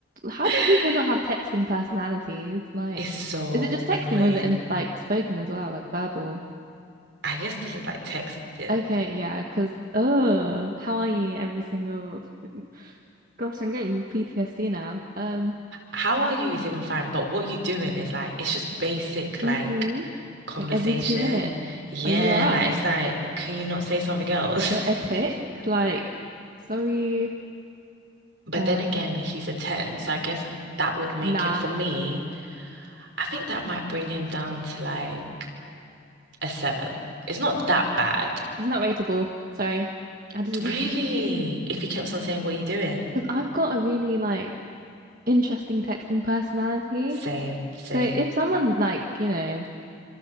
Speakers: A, on the right; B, on the right.
A: how
B: <laughs>
A: do people not have texting personalities? Like,
B: It's so
A: is it just texting
B: annoying.
A: or is it in like spoken as well, like verbal?
B: I guess this is like texting.
A: Okay, yeah, because oh, how are you every single <laughs> gosh, I'm getting PTSD now. Um,
B: How are you is even fine, but what you doing is like, it's just basic like
A: mm-hmm.
B: conversation.
A: Like every two minutes.
B: Yeah,
A: Are you all right?
B: like it's like, can you not say something else?
A: Is it a tick?
B: <laughs>
A: Like, sorry.
B: But
A: Um,
B: then again, he's a 10, so I guess that would make
A: nah,
B: him, for me, I think that might bring him down to like a seven. It's not that bad.
A: he's not rateable. Sorry. I disagree.
B: Really?
A: <laughs>
B: If he kept on saying, What are you doing?
A: Because I've got a really like interesting texting personality.
B: Same, same.
A: So if someone's like, you know,